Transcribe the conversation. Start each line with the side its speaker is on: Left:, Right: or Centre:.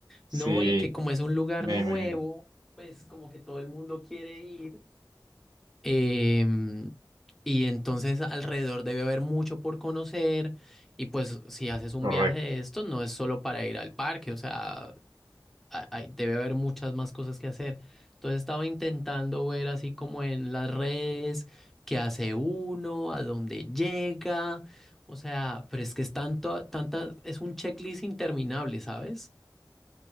Right: Sí,
Centre: No, y que como es un lugar
Right: me
Centre: nuevo,
Right: imagino.
Centre: pues como que todo el mundo quiere ir. Em, y entonces alrededor debe haber mucho por conocer y pues si haces un
Right: Correcto.
Centre: viaje de estos no es solo para ir al parque, o sea, ha- hay- debe haber muchas más cosas que hacer. Entonces estaba intentando ver así como en las redes qué hace uno, a dónde llega, o sea, pero es que es tanto, tanta, es un checklist interminable, ¿sabes?